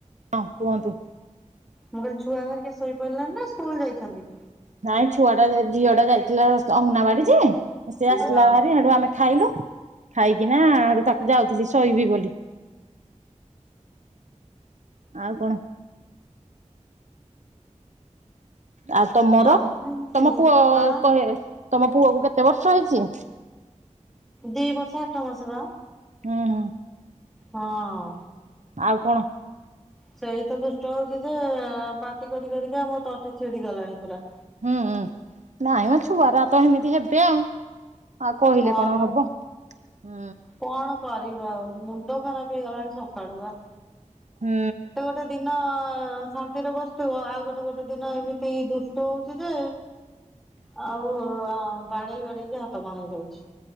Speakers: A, on the right (about 70°); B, in the centre.
A: ହଁ କୁହନ୍ତୁ।
B: ମୁଁ କହିଲି ଛୁଆ ହାରିକା ଶୋଇପଇଲେନି ନା ସ୍କୁଲ ଯାଇଛନ୍ତି।
A: ନାଇଁ ଛୁଆଟା ଅ ଝିଅଟା ଯାଇଥିଲା ଅଙ୍ଗନାବାଡି ଯେ ସେ
B: ହଁ
A: ଆସିଲା ଭାରି ହେଡୁ ଆମେ ଖାଇଲୁ, ଖାଇକିନା ହେଡୁ ତା ଯାଉଥିଲି ଶୋଇବି ବୋଲି। ଆଉ କଣ? ଆଉ ତମର,
B: ହଁ
A: ତମ ପୁଅ
B: ହଁ
A: କହେ ତମ ପୁଅ କୁ କେତେ ବର୍ଷ ହେଇଛି?
B: ଦି ବର୍ଷ ଆଠ ମାସ ବା।
A: ହୁଁ ହୁଁ
B: ହଁ।
A: ଆଉ କଣ?
B: ସେଇ ତ ଦୁଷ୍ଟ ହଉଛି ଯେ ପାଟି କରି କରିକା ମୋ ତଟି ଛିଡି ଗଲାଣି ପୁରା।
A: ହୁଁ ଉଁ ନାଇଁ ମ ଛୁଆର ତ ଏମିତି ହେବେ ଆଉ। ଆଉ କହିଲେ
B: ହଁ
A: କଣ
B: ବା
A: ହବ? ହୁଁ।
B: କଣ କରିବ ଆଉ ମୁଣ୍ଡ ଖରାପ ହେଇଗଲାଣି ସକାଳୁ ଆ।
A: ହୁଁ।
B: ଗୋଟେ ଦିନ ଶାନ୍ତିରେ ବସଥିବ ଆଉ ଗୋଟେ ଗୋଟେ ଦିନ ଏମିତି ଦୁଷ୍ଟ ହଉଛି ଯେ
A: ହ
B: ଆଉ ଅ ବାଡେଇ ବାଡେଇକି ହାତ କଣେଇ ଯାଉଛି।